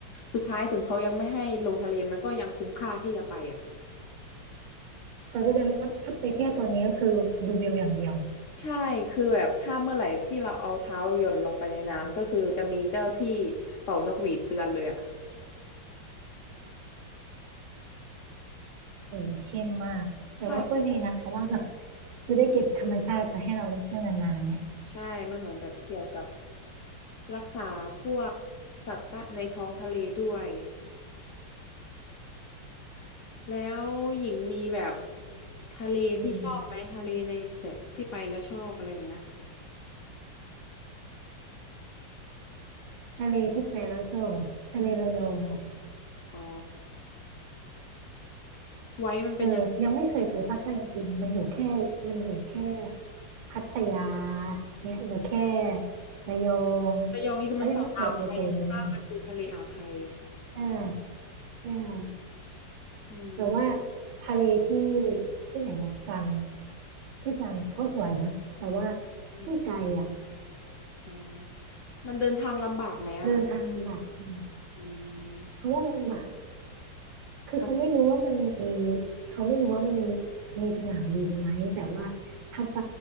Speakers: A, on the left; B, on the right.
A: สุดท้ายถึงเขายังไม่ให้ลงทะเลมันก็ยังคุ้มค่าที่จะไปอ่ะ
B: เออแสดงว่าถ้าไปเที่ยวตอนนี้ก็คือดูวิวอย่างเดียว
A: ใช่คือแบบถ้าเมื่อไหร่ที่เราเอาเท้าหย่อนลงไปในน้ำก็คือจะมีเจ้าที่เป่านกหวีดเตือนเลยอ่ะ
B: โอ้เข้มมากแต่ว่าก็ดีนะเขาว่าแบบ
A: ใช่
B: จะได้เก็บธรรมชาติมาให้เราได้เที่ยวนานๆเนี้ย
A: ใช่มันเหมือนแบบเกี่ยวกับรักษาพวกสัตว์ตะในท้องทะเลด้วยแล้วหญิงมีแบบทะเลที่ชอบไหมทะเลในแบบที่ไปแล้วชอบอะไรแบบเนี้ย
B: อืมทะเลที่ไปแล้วชอบอ่ะทะเลระยองอ่ะ
A: อืมอ๋อไว้มันเป็นยัง
B: เออยังไม่เคยไปภาคใต้จริงๆมันอยู่แค่มันอยู่แค่พัทยาเนี่ยอยู่แค่ระยอง
A: ระยองนี่คือมันฝั่งอ่าวไทยใช่ปะมันคือทะเลอ่าวไทย
B: เขายังไม่เคยไปโซนนั้นได้ได้
A: อืม
B: แต่ว่าทะเลที่ที่ไหนนะจันทร์ ที่จันทร์อะก็สวยนะแต่ว่า
A: อม
B: มันไกลอ่ะ
A: อ่ามันเดินทางลำบากไหมอ่ะ
B: เดินทางลำบากอืม
A: อืม
B: เขาว่าลำบากคือเขาไม่รู้ว่ามันมี
A: มัน
B: เขาไม่รู้ว่ามันมีสนามบินไหมแต่ว่าถ้าไป